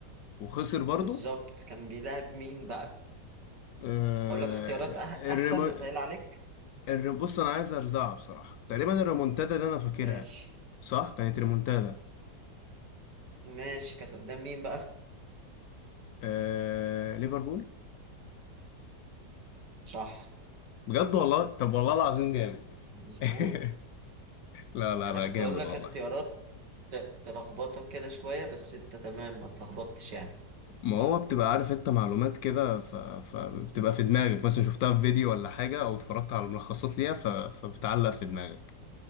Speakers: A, on the left; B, on the right.
A: وخسر برضو
B: بالظبط كان بيلعب مين بقى
A: آه...
B: أقول لك اختيارات أح أحسن
A: الريمو...
B: أسهل عليك
A: الريم... بص انا عايز ارزعها بصراحة تقريبا الريمونتادا اللي انا فاكرها
B: ماشي
A: صح كانت ريمونتادا
B: ماشي كانت قدام مين بقى
A: آه... ليفربول
B: صح
A: بجد والله طب والله العظيم جامد
B: مظبوط
A: <laughs> لا لا
B: يعني أنا
A: لا
B: كنت
A: جامد
B: أقول لك
A: والله
B: اختيارات ت- تلخبطك كده شوية بس انت تمام ما تلخبطتش يعني
A: ما هو بتبقى عارف انت معلومات كده ف... فبتبقى في دماغك مثلا شفتها في فيديو ولا حاجة او اتفرجت على ملخصات ليها ف... فبتعلق في دماغك